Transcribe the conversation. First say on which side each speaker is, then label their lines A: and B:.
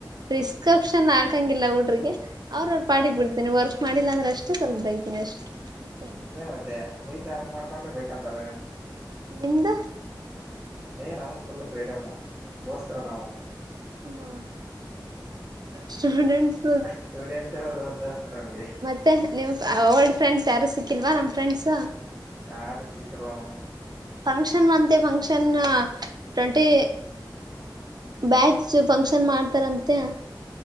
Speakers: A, on the right (about 60°); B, on the right (about 25°).
A: ಪ್ರಿಸ್ಕ್ರಿಪ್ಷನ್ ಹಾಕಂಗಿಲ್ಲ ಊಟ್ರಿಗೆ ಅವ್ರ ಅವ್ರರು ಪಾಡಿಗೆ ಬಿಡ್ತೇನೆ ವರ್ಕ್ ಮಾಡಿಲ್ಲ ಅಂದ್ರೆ ಅಷ್ಟೇ ಸ್ವಲ್ಪ ಬೈತಿನಿ ಅಷ್ಟ್ ಮತ್ತೆ
B: ಅದೇ ಮತ್ತೆ ಬೈತ ಹಂಗ ಮಾಡ್ಕೊಂಡ್ರೆ ಬೇಕಕ್ಂತಾರ
A: ನಿಮ್ದ
B: ಏ ನಮ್ಮ ಫುಲ್ ಫ್ರೀಡಮ್ ದೋಸ್ತರು ನವು
A: ಹ ಸ್ಟೂಡೆಂಟ್ಸ್
B: ಸ್ಟೂಡೆಂಟ್ ದೋಸ್ತರ ನಮ್ಗೆ
A: ಮತ್ತೆ ನಿಮ್ ಓಲ್ಡ್ ಫ್ರೆಂಡ್ಸ್ ಯಾರು ಸಿಕ್ಕಿಲ್ವಾ ನಮಮ್ಮ ಫ್ರೆಂಡ್ಸ್
B: ಯಾರು ಸಿಕ್ಕಿಲ್ಲ ಮೇಡಮ್
A: ಫಂಕ್ಷನ್ ಅಂತೆ function twenty batch function ಮಾಡ್ತಾರಂತೆ